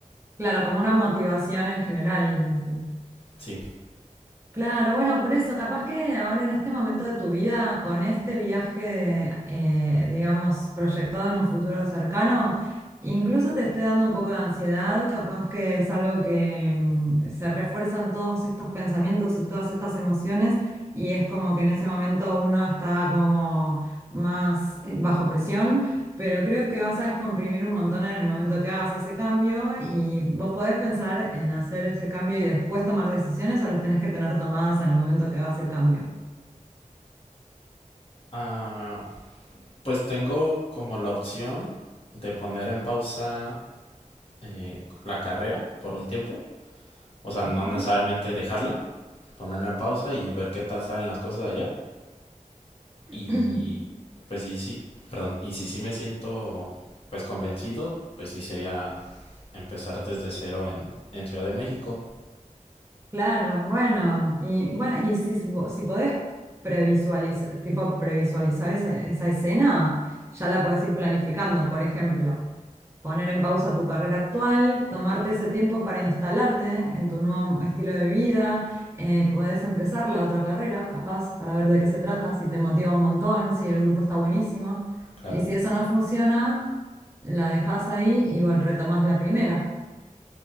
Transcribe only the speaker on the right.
claro, como una motivación en general. así.
Claro, bueno, por eso, capaz que ahora en este momento de tu vida, con este viaje, eh, digamos, proyectado en un futuro cercano, incluso te esté dando un poco de ansiedad, capaz que es algo que mm, se refuerzan todos estos pensamientos y todas estas emociones, y es como que en ese momento uno está como más eh, bajo presión pero creo que vas a descomprimir un montón en el momento que hagas ese cambio y vos podés pensar en hacer ese cambio y después tomar decisiones o las tenés que tener tomadas en el momento que hagas el cambio.
Ajá.
<clears throat>
Claro, bueno, y bueno, y si, si vo- si podés previsualizar, tipo previsualizar esa, esa escena, ya la podés ir planificando. Por ejemplo, poner en pausa tu carrera actual, tomarte ese tiempo para instalarte en tu nuevo estilo de vida, eh, podés empezar la otra carrera, capaz, para ver de qué se trata, si te motiva un montón, si el grupo está buenísimo.
Y si eso no funciona, la dejás ahí y bueno, retomás la primera.